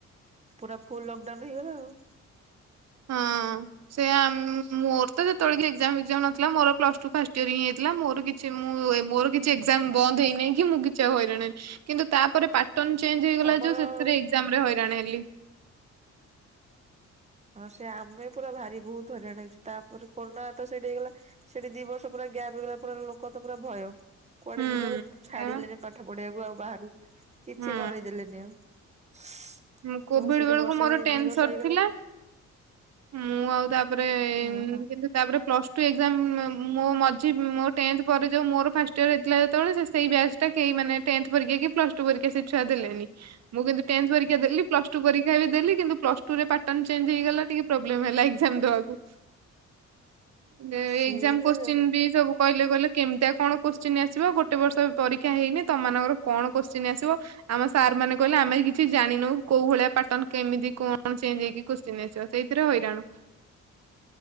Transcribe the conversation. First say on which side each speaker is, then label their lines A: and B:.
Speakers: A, on the right; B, on the right.
A: ପୁରା ଫୁଲ୍ ଲକଡାଉନ ହେଇଗଲା ଆଉ।
B: ହଁ। ସେ ଆ ମୋର ତ ଯେତେବେଳେ କି ଏକ୍ଜାମ ଫେକ୍ଜାମ ନଥିଲା ମୋର ପ୍ଲସଟୁ ଫାଷ୍ଟ ଇୟର ହିଁ ହେଇଥିଲା ମୋର କି ସେ ମୁଁ ମୋର କିଛି ଏଗଯାମ ବନ୍ଦ ହେଇନେଇ କି ମୁଁ କିଛି ଆଉ ହଇରାଣ ହେ କିନ୍ତୁ ତାପରେ ପା ର୍ଟନ ଚେଞ୍ଜ ହେଇଗଲା
A: ତମର
B: ଯଉ ସେଥିରେ ଏକ୍ଜାମରେ ହଇରାଣ ହେଲି।
A: ହଁ ସେ ଆମେ ପୁରା ଭାରି ବହୁତୁ ହଇରାଣ ହେଇଛୁ। ତାପରେ କରୁନା ତ ସେଇଠି ହେଇଗଲା। ସେଠି ଦି ବର୍ଷ ପୁରା ଗ୍ୟାପ ଗଲା ପୁରା ଲୋକ ତ ପୁରା ଭୟ। କୁଆଡେ
B: ହୁଁ
A: ଯିବାକୁ
B: ସେଇଆ
A: ଛାଡିଲେନି ପାଠ ପଢିବାକୁ ଆଉ ବାହାରକୁ କିଛି
B: ବା
A: କରେଇଦେଲେନି ଆଉ। <unintelligible>
B: ହୁଁ କୋଭିଡ଼
A: ସେଠି
B: ବେଳକୁ
A: ବର୍ଷେ
B: ମୋର ଟେନ୍
A: ଦି ବର୍ଷ
B: ସରଥିଲା।
A: ହେଇଗଲା
B: ମୁଁ ଆଉ ତାପରେ ଏ
A: ହଁ
B: ଏ
A: ହଁ
B: କିନ୍ତୁ ତାପରେ ପ୍ଲସ୍ ଟୁ ଏକ୍ଜାମ ମ ମୋ ମଝି ମୋ ଟେନ୍ଥ ପରେ ଯୋଉ ମୋର ଫାଷ୍ଟ ଇୟର ହେଇଥିଲା ଯେତବଳେ ସେ ସେଇ ବ୍ୟାଚ୍ ଟା କେଇ ମାନେ ଟେନ୍ଥ ପରୀକ୍ଷା କି ପ୍ଲସ୍ ଟୁ ପରାକ୍ଷା ସେ ଛୁଆ ଦେଲେନି ମୁଁ କିନ୍ତୁ ଟେନ୍ଥ ପରି କ୍ଷା ଦେଲି ପ୍ଲସ୍ ଟୁ ପରୀକ୍ଷା ବି ଦେଲି କିନ୍ତୁ ପ୍ଲସ୍ ଟୁରେ ପାଟନ ଚେଞ୍ଜେ ହେଇଗଲା ଟିକେ ପ୍ରୋବ୍ଲେମ ହେଲା ଏଗ୍ଜାମ୍ ଦବାକୁ। ଲେ
A: ସିଏ
B: ଏଗଜାମ୍
A: ବା
B: କୋଶ୍ଚିନ୍ ବି ସବୁ କହିଲେ କହିଲେ କେମିତିଆ କଣ କୋଶ୍ଚିନ୍ ଆସିବ ଗୋଟେ ବର୍ଷ ପରୀକ୍ଷା ହେଇନି ତମ ମାନଙ୍କର କଣ କୋଶ୍ଚିନ୍ ଆସିବ ଆମ ସାର୍ ମାନେ କହିଲେ ଆମେ କିଛି ଜାଣିନୁ କୋଉ ଭଳିଆ ପାଟନ୍ କେମିତି କଣ ଚେଞ୍ଜ ହେଇକି କୋଶ୍ଚିିନି ଆସିବ ସେଇଥିରେ ହଇରାଣ।